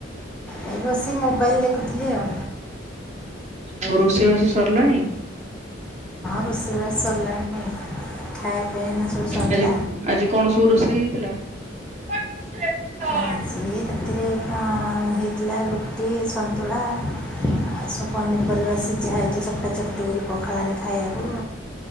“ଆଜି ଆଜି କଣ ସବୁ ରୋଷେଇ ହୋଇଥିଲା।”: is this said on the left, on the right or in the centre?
Right